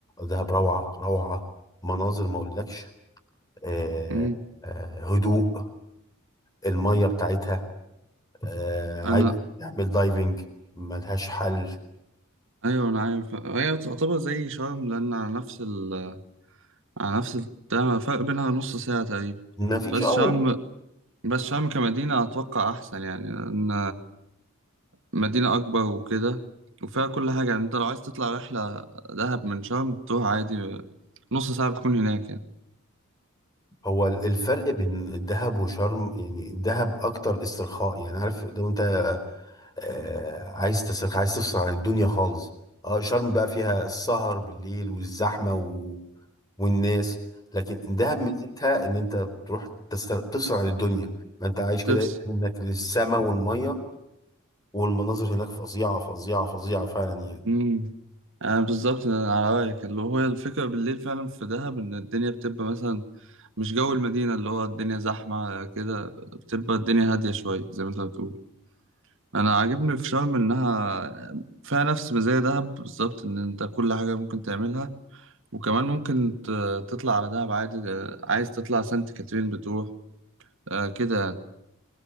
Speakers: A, on the left; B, on the right.
A: دهب روعه روعه مناظر ما اقولكش آه
B: امم
A: آه هدوء الميه بتاعتها آه
B: انا
A: عايز تعمل دايفنج ملهاش حل
B: ايوه انا عارف هي تعتبر زي شرم لان على نفس ال على نفس التمن فرق بينها نص ساعة تقريبا
A: مفيش
B: بس
A: اه
B: شرم بس شرم كمدينة اتوقع احسن يعني لان مدينة اكبر وكده وفيها كل حاجة يعني انت لو عايز تطلع رحلة دهب من شرم تروح عادي نص ساعة بتكون هناك يعني
A: هو ال- الفرق بين الدهب وشرم يعني الدهب اكتر استرخاء يعني عارف لو انت آه عايز تسترخي عايز تفصل عن الدنيا خالص اه شرم بقى فيها السهر بالليل والزحمه و... والناس لكن دهب ميزتها ان انت بتروح تستر... تفصل عن الدنيا ما انت عايش كده
B: امم
A: منك للسما والميه والمناظر هناك فظيعه فظيعه فظيعه فعلا يعني
B: امم انا بالظبط أنا على رايك اللي هو الفكره بالليل فعلا في دهب ان الدنيا بتبقى مثلا مش جو المدينه اللي هو الدنيا زحمه كده بتبقى الدنيا هاديه شويه زي ما انت بتقول انا عاجبني في شرم انها فيها نفس مزايا دهب بالظبط ان انت كل حاجه ممكن تعملها وكمان ممكن ت- تطلع على دهب عادي ده- عايز تطلع سانت كاترين بتروح آه كده يعني.